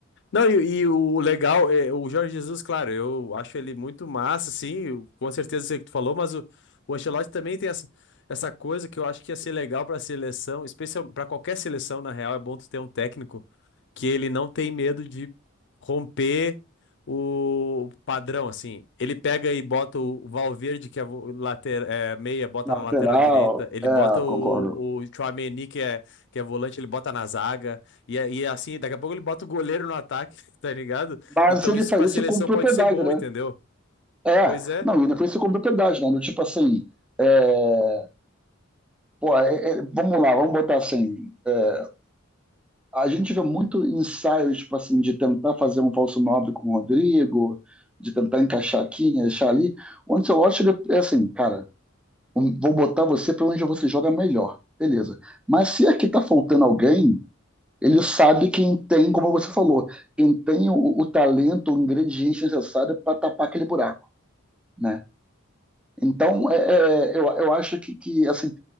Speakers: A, on the left; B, in the centre.
A: Não, e, e o legal é o Jorge Jesus, claro, eu acho ele muito massa, sim, eu- com certeza sei o que tu falou, mas o, o Ancelotti também tem essa, essa coisa que eu acho que ia ser legal para seleção, especial para qualquer seleção, na real, é bom tu ter um técnico que ele não tem medo de romper o padrão, assim. Ele pega e bota o Valverde, que é o later, é, meia, bota
B: Na
A: na
B: lateral,
A: lateral direita, ele bota
B: é,
A: o,
B: concordo.
A: o Tchouaméni, que é, que é volante, ele bota na zaga. E, a- e assim, daqui a pouco ele bota o goleiro no ataque, <laughs> tá ligado?
B: Mas
A: Então
B: ele
A: isso
B: faz
A: pra
B: isso
A: seleção
B: com propriedade,
A: pode ser bom,
B: né?
A: entendeu?
B: É,
A: Pois é.
B: não, ele faz isso com propriedade, né? Do tipo assim, é, Pô, é- é- vamos lá, vamos botar assim. é, a gente vê muito ensaios, tipo assim, de tentar fazer um falso nobre com o Rodrigo, de tentar encaixar aqui, encaixar ali. O Ancelotti, ele é assim, cara, um- vou botar você para onde você joga melhor. Beleza. Mas se aqui tá faltando alguém, ele sabe quem tem, como você falou, quem tem o, o talento, o ingrediente necessário para tapar aquele buraco, né?
A: Hum,
B: Então, é, é, eu, eu acho que, que assim,